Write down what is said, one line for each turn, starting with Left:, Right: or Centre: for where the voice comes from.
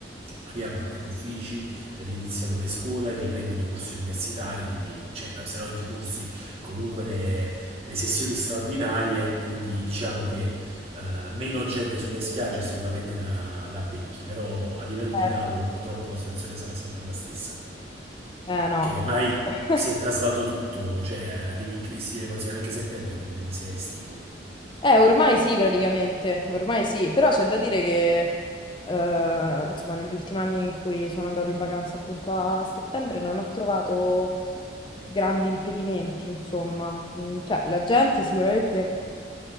Right: riaprono gli uffici, riniziano le scuole, riprendono i corsi universitari, quindi cioè, no, se no gli corsi, comunque le, le sessioni straordinarie, quindi diciamo che eh, meno gente sulle spiagge sicuramente la, la becchi, però a livello
Left: Certo.
Right: di caldo purtroppo la situazione sarà sempre la stessa,
Left: Eh no.
Right: che ormai
Left: <laughs>
Right: si è traslato tutto, cioè eh, devi- si deve considerare anche settembre come un mese estivo.
Left: Eh, ormai sì, praticamente, ormai sì, però c'è da dire che, eh, insomma, negli ultimi anni in cui sono andata in vacanza appunto a settembre non ho trovato grandi impedimenti, insomma. Mm, Cioè, la gente sicuramente